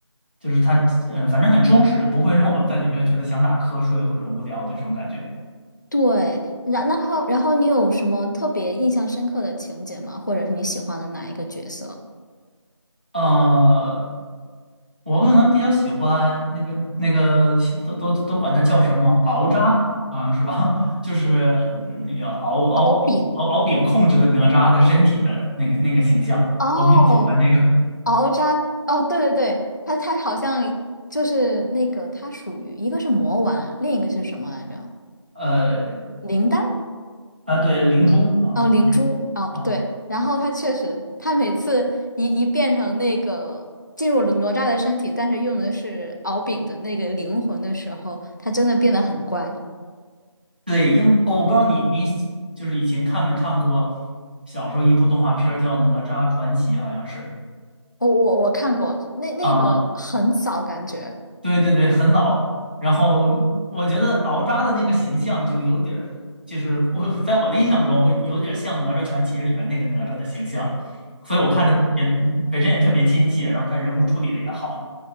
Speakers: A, on the right (about 20°); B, on the left (about 40°).
A: 就是它，嗯，反正很充实，不会让我在里边觉得想打瞌睡或者无聊的这种感觉。
B: 对，然然后然后你有什么特别印象深刻的情节吗？或者是你喜欢的哪一个角色？
A: 呃，我可能比较喜欢那个那个都都都管它叫什么熬渣啊，是吧？<laughs> 就是嗯那个敖敖饼敖熬饼控制的哪吒的身体的那个那个形象，
B: 敖丙哦，
A: 我比较喜欢那个
B: 敖渣哦，对对对，他他好像就是那个，他属于一个是魔丸，另一个是什么来着？
A: 呃。
B: 灵丹
A: 啊，对，灵珠啊
B: 哦，灵珠哦，
A: 啊，
B: 对，然后他确实，他每次一一变成那个进入了哪吒的身体，但是用的是敖丙的那个灵魂的时候，他真的变得很乖。
A: 对，因哦我不知道你你就是以前看没看过，小时候一部动画片儿叫《哪吒传奇》，好像是
B: 我我我看过那那个很早感觉。
A: 啊，对对对，很早。然后我觉得敖吒的那个形象就有点儿，就是我在我的印象中会有点像《哪吒传奇》里边那个哪吒的形象，所以我看着也本身也特别亲切，然后他人物处理的也好。